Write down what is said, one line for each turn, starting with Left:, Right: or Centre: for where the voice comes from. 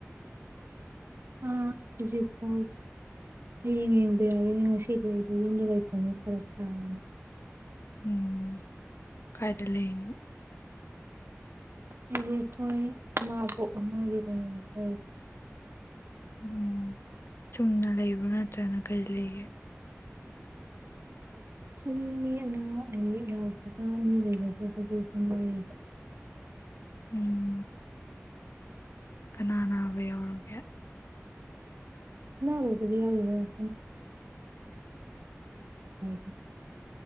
Right: ꯑ ꯍꯧꯖꯤꯛꯄꯣ ꯍꯌꯦꯡ ꯌꯦꯡꯕꯤꯔꯛꯑꯒꯦꯅꯦ ꯉꯁꯤꯗꯤ ꯑꯩꯗꯤ ꯌꯨꯝꯗ ꯂꯩꯇꯕꯅꯦ ꯐꯔꯛ ꯇꯥꯔꯅꯤ
Left: ꯎꯝ ꯀꯥꯏꯗ ꯂꯩꯔꯤꯅꯣ
Right: ꯑꯩꯁꯦ ꯑꯩꯈꯣꯏ ꯃꯥꯕꯣꯛ ꯑꯃꯒꯤꯗ ꯂꯩ
Left: ꯑꯣ ꯆꯨꯝꯅ ꯂꯩꯕ꯭ꯔꯣ ꯅꯠꯇ꯭ꯔꯅ ꯀꯔꯤ ꯂꯩꯒꯦ
Right: ꯁꯨꯝ ꯃꯤ ꯑꯅꯥ ꯑꯌꯦꯛ ꯌꯥꯎꯕꯒ ꯃꯤ ꯂꯩꯖꯗꯕꯒꯤ ꯁꯨꯝ ꯂꯩꯔꯤꯕ
Left: ꯎꯝ ꯀꯅꯥ ꯅꯥꯕ ꯌꯥꯎꯔꯒꯦ
Right: ꯑꯅꯥꯕꯕꯨꯗꯤ ꯌꯥꯎꯗꯦꯗ <unintelligible>